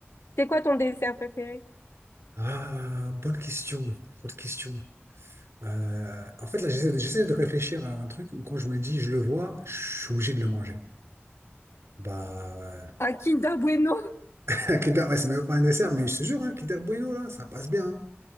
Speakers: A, on the left (about 80°); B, on the right (about 80°).
A: C'est quoi ton dessert préféré?
B: Ah, bonne question, bonne question. Euh, en fait, là, j'essaie de j'essaie de réfléchir à un truc où quand je me dis, je le vois, je suis obligé de le manger. Bah,
A: Un Kinder Bueno.
B: Un Kinder, ouais, c'est même pas un dessert, mais je te jure, hein, Kinder Bueno, là, ça passe bien. hein.